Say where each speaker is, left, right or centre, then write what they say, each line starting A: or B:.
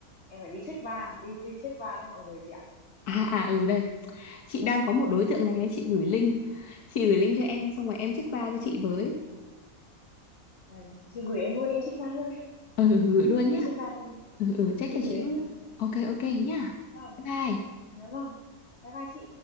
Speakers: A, on the left; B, on the left.
A: em phải đi check va đi đi check va cho mọi người chị ạ
B: à à ừ đây chị đang có một
A: Ừ.
B: đối tượng này ấy, chị gửi link chị gửi link cho em xong rồi em check ba cho chị với
A: Này, chị gửi em luôn đi, em check va luôn này
B: ừ ừ, gửi luôn
A: em
B: nhá
A: đi check va luôn
B: ừ ừ ừ, check
A: chị
B: cho chị
A: gửi em
B: với
A: nhá
B: ok ok nhá
A: vâng
B: bye bye
A: dạ vâng bye bye chị